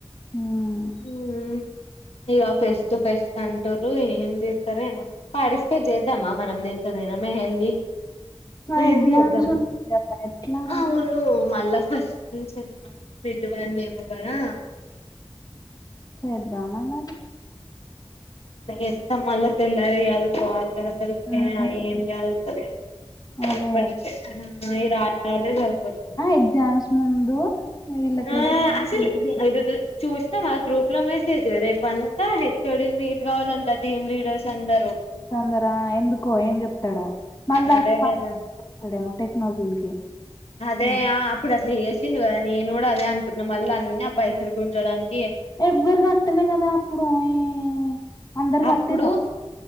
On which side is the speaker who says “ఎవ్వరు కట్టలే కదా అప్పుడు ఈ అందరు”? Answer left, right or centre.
Left